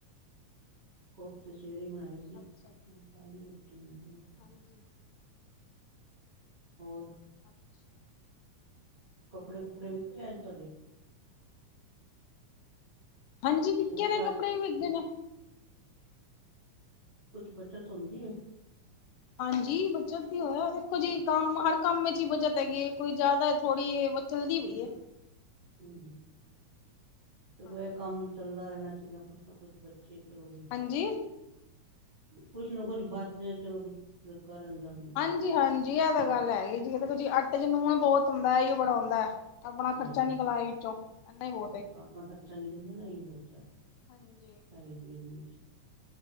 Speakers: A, on the right; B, on the left.
A: ਕੋਫਤੇ ਸਵੇਰੇ ਈ ਬਣਾਏ ਸੀ
B: ਅੱਛਾ ਜੀ,
A: ਹੂੰ ਖਾਲੀ ਰੋਟੀ <unintelligible>
B: ਹਾਂਜੀ।
A: ਹੋਰ?
B: ਅੱਛਾ,
A: ਕੱਪੜੇ
B: ਵਧੀਆ
A: ਕੁਪੜੇ
B: ਜੀ ਵਧੀਆ,
A: ਵਿਕੇ ਅੱਜ ਤੁਹਾਡੇ?
B: ਹਾਂਜੀ ਵਿਕੇ
A: ਸੂਟ
B: ਨੇ
A: ਸਾਟ
B: ਕੱਪੜੇ ਵੀ ਵਿਕੇ ਨੇ।
A: ਕੁੱਛ ਬੱਚਤ ਹੁੰਦੀ ਏ?
B: ਹਾਂਜੀ ਬੱਚਤ ਈ ਹੋਇਆ ਦੇਖੋ ਜੀ ਕੰਮ ਹਰ ਕੰਮ ਚ ਈ ਬੱਚਤ ਗੀ ਕੋਈ ਜਾਦਾ ਥੋੜ੍ਹੀ ਚੱਲਦੀ ਪਈ ਐ
A: ਹੂੰ ਚਲੋ
B: ਹਾਂਜੀ।
A: ਇਹ ਕੰਮ ਚੱਲਦਾ ਰੈਣਾ ਚਾਈਦਾ ਕੁੱਛ ਨਾ ਕੁੱਛ ਬੱਚੇ ਚਲੋ ਬਈ
B: ਹਾਂਜੀ।
A: ਕੁੱਛ ਨਾ ਕੁੱਛ ਬਚ ਰਿਆ ਚਲੋ <unintelligible> ਬੰਦਾ
B: ਹਾਂਜੀ-ਹਾਂਜੀ ਐ ਤਾਂ ਗੱਲ ਹੈਗੀ ਜੀ ਦੇਖੋ ਜੀ ਆਟੇ ਚ ਨੂਣ ਏ ਬੋਤ ਹੁੰਦਾ ਏ ਈ ਬੜਾ ਹੁੰਦਾ। ਆਪਣਾ ਖਰਚਾ
A: ਹੂੰ
B: ਨਿਕਲਾਏ ਵਿੱਚੋਂ ਇੰਨਾ ਹੀ ਬਹੁਤ
A: ਆਪਣਾ
B: ਏ।
A: ਅਪਣਾ ਖਰਚਾ ਨਿਕਲ ਜਾਣਾ ਏਹੀ ਬੋਤ ਐ।
B: ਹਾਂਜੀ।
A: ਸਾਈਡ ਬਿਜਨਸ